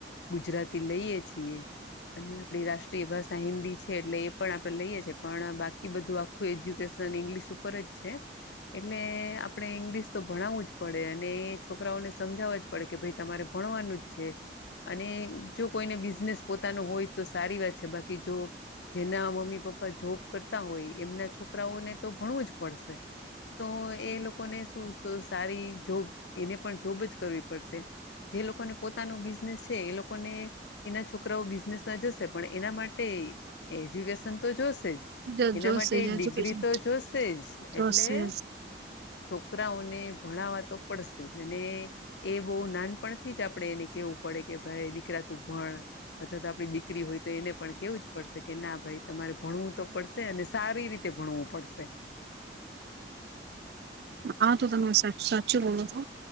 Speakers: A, on the left; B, on the right.
A: ગુજરાતી લઈએ છીએ અને આપણી રાષ્ટ્રીય ભાષા હિન્દી છે એટલે એ પણ આપણે લઈએ છેએ પણ બાકી બધું આ આખું એજ્યુકેશન ઇંગ્લિશ ઉપર જ છે એટલે આપણે ઇંગ્લિશ તો ભણાવવું જ પડે અને છોકરાઓને સમજાવવા જ પડે કે ભાઈ તમારે ભણવાનું જ છે અને જો કોઈને બિઝનેસ પોતાનો હોય તો સારી વાત છે બાકી જો જેના મમ્મી પપ્પા જોબ કરતા હોય એમના છોકરાઓને તો ભણવું જ પડશે તો એ લોકોને શું સારી જોબ એને પણ જોબ જ કરવી પડશે જે લોકોને પોતાનો બિઝનેસ છે એ લોકોને એના છોકરાઓ બિઝનેસમાં જશે પણ એના માટે એજ્યુકેશન તો જોશે શે
B: છે
A: એના
B: જોશે
A: <unintelligible>
B: એજ્યુકેશન
A: ડિગ્રી તો જોશે જ
B: જોશે
A: એટલે છોકરાઓને ભણાવા તો પડશે જ અને એ બહુ નાનપણથી જ આપણે એને કેવું પડે કે ભાઈ દીકરા તું ભણ અથવા તો આપણી દીકરી હોય તો એને પણ કેવું જ પડશે કે ના ભાઈ તમારે ભણવું તો પડશે અને સારી રીતે ભણવું પડશે.
B: હા તો તમે સાચું બોલો છો